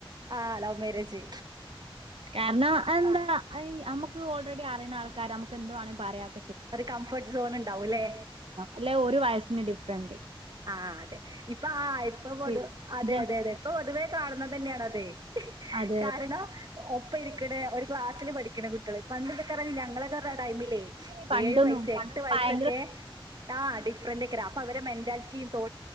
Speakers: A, on the right; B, on the right.
A: ആഹ് ലവ് മേരേജ്
B: കാരണം എന്താ നമുക്ക് ഓൾറെഡി അറുയുന്ന ആൾക്കാ ക്കെ നമക്ക് എന്ത് വേും പറയാം
A: ഒരു കംഫർട്ട് സോൺ ഉണ്ടാവൂല്ലേ
B: അല്ല വയസ്സിന് ഡിഫറെൻസ് ഫ്രണ്ട്
A: ആ അതെ ഇപ്പ ആ ഇപ്പൊ പൊതുവ
B: വരും
A: അതെ
B: ജെൻസി
A: അതെ അതെ ഇപ്പൊ പൊതുവേ കാണുന്നത് തന്നെയാണ് അതെ
B: അതെ
A: കാരണം ഇ ഇരിക്കണേ ഒരു ക്ലാസിൽ പഠിക്കണ കുട്ടികൾ ഇപ്പൊക്കെ ഇറ ഞങ്ങളൊക്കെ മ്മടെ ടൈമിലേ
B: അതെ പണ്ടൊന്നും
A: ഏഴു വയസ്
B: പണ്ടൊക്കെ
A: എട്ട് വയസ്സൊക്കെ
B: ഭയങ്കര
A: ആഹ ഡിഫൻറക്ക അപ്പൊ അവരെ മെന്റാലിറ്റി ോ